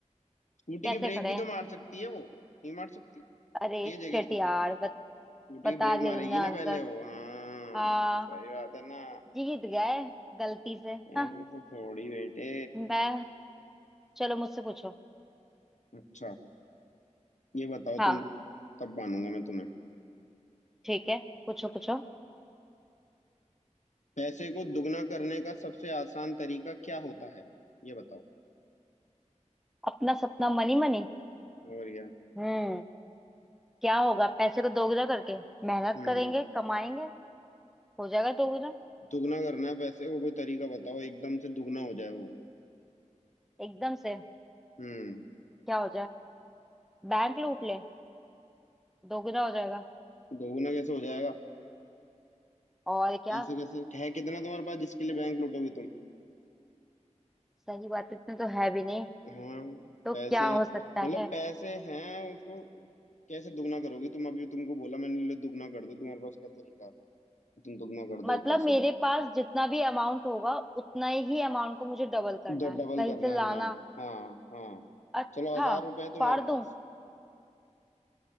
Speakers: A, on the left (about 70°); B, in the centre.
A: स्कूटी
B: कैसे
A: की ब्रेक
B: खड़े
A: भी
B: हैं
A: तो मार सकती है वो नहीं मार सकती
B: अरे
A: तेज
B: शिट
A: है क्या स्कूटी
B: यार बत,
A: स्कूटी
B: बता
A: की ब्रेक
B: दिया
A: मारेगी
B: तुमने आंसर
A: ना पहले वो हाँ
B: हाँ
A: सही बात है ना
B: जीत गए गलती से
A: ऐसे
B: हाँ
A: थोड़ी बेटे
B: मैं चलो मुझसे पूछो
A: अच्छा ये बताओ
B: हाँ
A: तुम तब मानूंगा मैं तुम्हें
B: ठीक है पूछो पूछो
A: पैसे को दुगना करने का सबसे आसान तरीका क्या होता है ये बताओ
B: अपना सपना मनी मनी
A: और यार
B: हम्म क्या होगा पैसे को दोगुना करके मेहनत
A: हम्म
B: करेंगे कमाएंगे हो जाएगा दोगुना
A: दुगना करना है पैसे को कोई तरीका बताओ एकदम से दुगना हो जाए वो
B: एकदम से
A: हम्म
B: क्या हो जाए बैंक लूट ले दोगुना हो जाएगा
A: दोगुना कैसे हो जाएगा
B: और क्या
A: ऐसे कैसे है कितना तुम्हारे पास जिसके लिए बैंक लूटोगी तुम
B: सही बात इतने तो है भी नहीं
A: हाँ
B: तो
A: पैसे
B: क्या हो सकता
A: मतलब
B: है
A: पैसे हैं उसको कैसे दुगना करोगी तुम अभी तुमको बोला मैंने ले दुगना कर दो तुम्हारे पास क्या तरीका है कि तुम दुगना कर दो
B: मतलब
A: उस पैसे
B: मेरे
A: को
B: पास जितना भी अमाउंट होगा उतना ही अमाउंट को मुझे डबल करना
A: द-
B: है
A: डबल
B: कहीं
A: करना
B: से लाना
A: है हाँ हाँ हाँ
B: अच्छा
A: चलो हजार रुपए है तुम्हारे
B: फाड़ दूं
A: पास